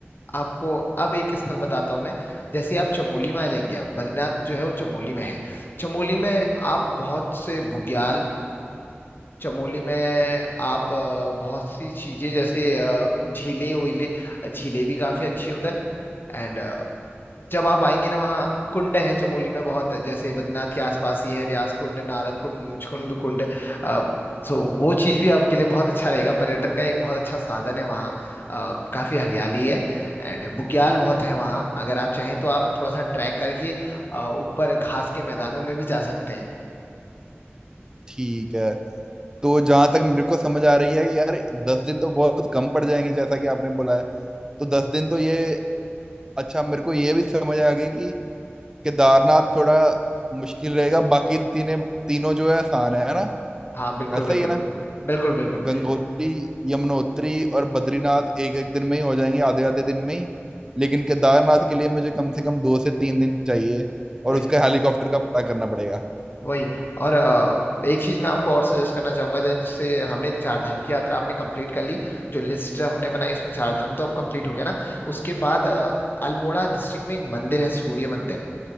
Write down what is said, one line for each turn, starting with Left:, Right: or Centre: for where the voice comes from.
Left: आपको अब एक स्थल बताता हूँ मैं जैसे आप चमोली में आ जाएंगे आप बद्रीनाथ जो है वो चमोली में है चमोली में आप बहुत से बुग्याल चमोली में आप अ, बहुत सी चीजें जैसे अ, झीलें वीलें झीलें भी काफी अच्छी है उधर एंड जब आप आएंगे ना वहाँ कुंड है चमोली में बहुत जैसे बद्रीनाथ के आसपास ही है व्यास कुंड नारद कुंड मुचकुंद कुंड अ, सो वो चीज भी आपके लिए बहुत अच्छा रहेगा पर्यटन का एक बहुत अच्छा साधन है वहाँ अ, काफी हरियाली है एंड बुग्याल बहुत है वहाँ अगर आप चाहें तो आप थोड़ा सा ट्रैक करके अ, ऊपर घास के मैदानों में भी जा सकते हैं
Right: ठीक है तो जहां तक मेरे को समझ आ रही है कि यार दस दिन तो बहुत कम पड़ जाएंगे जैसा कि आपने बोला है तो दस दिन तो ये अच्छा मेरे को ये भी समझ आ गई कि केदारनाथ थोड़ा मुश्किल रहेगा बाकी तीने तीनों जो है आसान है है ना
Left: हाँ बिल्कुल
Right: ऐसा
Left: बिल्कुल
Right: ही है ना
Left: बिल्कुल बिल्कुल
Right: गंगोत्री यमुनोत्री और बद्रीनाथ एक एक दिन में ही हो जाएंगे आधे आधे दिन में ही लेकिन केदारनाथ के लिए मुझे कम से कम दो से तीन दिन चाहिए और
Left: वही
Right: उसका हेलीकॉप्टर का पता करना पड़ेगा
Left: वही और अ, एक चीज मैं आपको और सजेस्ट करना चाहूंगा देन से हमने चार धाम की यात्रा आपने कंप्लीट कर ली जो लिस्ट हमने बनाई उसमें चार धाम तो अब कंप्लीट हो गया ना उसके बाद अ, अल्मोड़ा डिस्ट्रिक्ट में एक मंदिर है सूर्य मंदिर